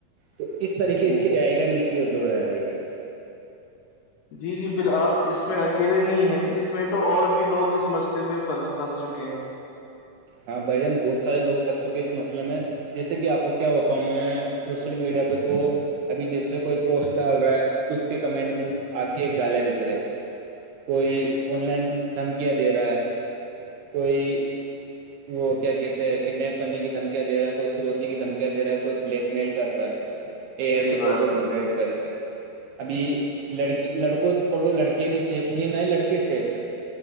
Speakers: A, on the right (about 80°); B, on the left (about 75°).
A: تو اس طریقے
B: ٹھیک
A: سے آئے گا مسیی جو ہو رہا ہے بھائی جان
B: جی جی بال آپ اس میں اکیلے نہیں ہیں اس میں تو اور بھی لوگ اس مس فلے میں پنس چکے ہیں
A: ہاں بھائی جان بہت سارے لگ پنس چکے اس مسلے میں جیسے کہ آپ کو کیا بتاؤں میں سوشل میڈیا پہ تو ابھی جیس سے کوئی پوسٹ ڈال رہا ہے تو اس کے کمنٹ میں آ کے ایک گالے بکرے ہے کوئی
B: ٹھیک
A: آن لائن دھمکیاں دے رہا ہے کوئی وہ کیا کہتے ہیں کڈنیپ کرنے کی دھمکیا د رہا ہے کوئی فروتی کی دھمیاںے رہا ہے کوئی بلیک میل کر رہا ہے یہ
B: صحیح
A: ایسے فوٹو
B: بات ہے
A: جنریٹ کر کے ابھی لڑکی لڑکوں چھوڑو لڑکی ابھی سیف نہیں ہے نہ ہی لڑکے سیف ہے